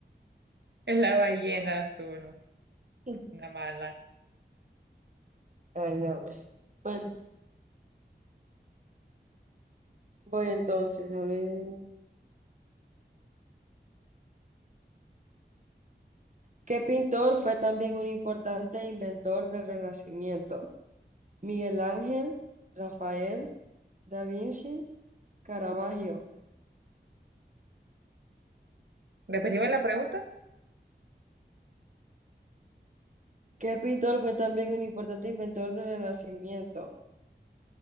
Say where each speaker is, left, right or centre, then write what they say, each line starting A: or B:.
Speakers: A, on the right; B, on the right.
A: Es la ballena azul,
B: <laughs>
A: una mala.
B: Ay, no. Bueno. Voy entonces a ver. ¿Qué pintor fue también un importante inventor del Renacimiento? Miguel Ángel, Rafael, Da Vinci, Caravaggio.
A: Repetimos la pregunta.
B: ¿Qué pintor fue también un importante inventor del Renacimiento?